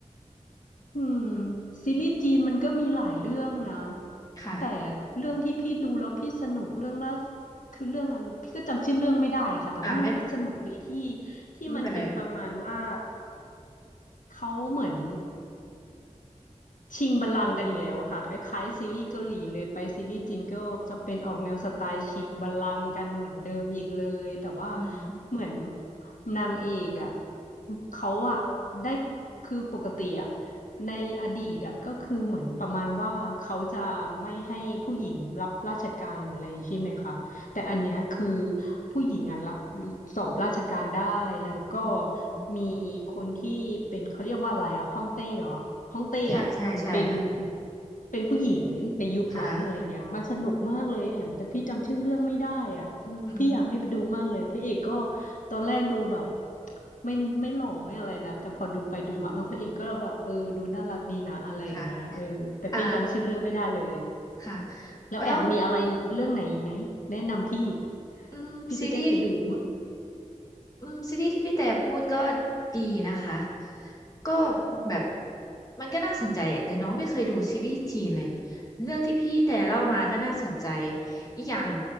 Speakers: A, on the left (about 80°); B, on the left (about 25°).
A: อืมซีรีส์จีนมันก็มีหลายเรื่องนะ
B: ค่ะ
A: แต่เรื่องที่พี่ดูแล้วพี่สนุกเรื่องล่าสคือเรื่องอะไรพี่ก็จำชื่อเรื่องไม่ได้ค่ะแต่ว่ามันก็สนุกดีที่
B: อ่าไม่
A: ที่มันเป็นประมาณว่า
B: ไม่เป็นไร
A: เขาเหมือน ชิงบัลลังก์กันอีกแล้วอะค่ะคล้ายๆซีรีส์เกาหลีเลยไปซีรีส์จีนก็จะเป็นออกแนวสไตล์ชิงบัลลังก์กันเหมือนเดิมอีกเลยแต่ว่า
B: อืมอืม
A: เหมือนนางเอกอะเขาอะได้คือปกติอะในอดีตอะก็คือเหมือนประมาณว่าเขาจะไม่ให้ผู้หญิงรับราชการหรืออะไรใช่ไหมคะ แต่อันเนี้ยคือผู้หญิงอ่ะรับสอบราชการได้แล้วก็
B: อืมอืม
A: มีคนที่เป็นเขาเรียกว่าอะไรอ่ะฮ่องเต้เหรอฮ่องเต้อ่ะเป็น
B: ใช่ใช่ใช่ค่ะ
A: เป็นผู้หญิงในยุคนั้นอะไรเงี้ยมันสนุกมากเลยแอมแต่พี่จำชื่อเรื่องไม่ได้อ่ะอืมพี่อยากให้ไปดูมากเลยพระเอกก็
B: ค่ะอ๋ออืม
A: ตอนแรกดูแบบไม่ไม่หล่อไม่อะไรนะแต่พอดูไปดูมาเออพระเอกก็แบบเออดูน่ารักดีนะอะไรอย่างเงี้ยเออแต่พี่จำชื่อเรื่องไม่ได้เลย
B: อืมค่ะอ่าค่ะ
A: แล้วแอมมีอะไรเรื่องไหนอีกไหมแนะนำพี่
B: แล้วอืมซีรีส์
A: พี่จะได้ไปดู
B: อืมซีรีส์ที่พี่แต่พูดก็ดีนะคะก็แบบมันก็น่าสนใจอะแต่น้องไม่เคยดูซีรีส์จีนเลยเรื่องที่พี่แต่เล่ามาก็น่าสนใจอีกอย่าง